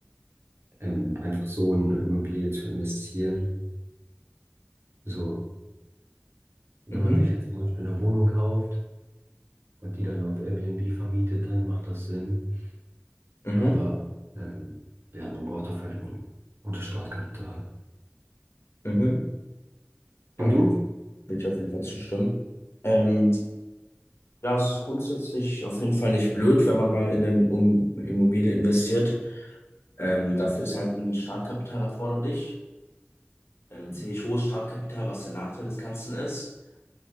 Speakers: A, on the right (about 70°); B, on the left (about 80°).
A: ähm, einfach so in eine Immobilie zu investieren. So, wenn
B: Mhm,
A: man sich jetzt zum Beispiel eine Wohnung kauft und die dann auf Airbnb vermietet, dann macht das Sinn.
B: Mhm,
A: Aber, ähm, ja, man braucht dafür ein gutes Startkapital.
B: mhm.
A: Und
B: Ja,
A: du?
B: dem würde ich auf jeden Fall zustimmen. Ähm, ja, es ist grundsätzlich auf jeden Fall nicht blöd, wenn man mal in eine um Immobilie investiert. Ähm, dafür ist halt ein Startkapital erforderlich. Ähm, ziemlich hohes Startkapital, was der Nachteil des Ganzen ist.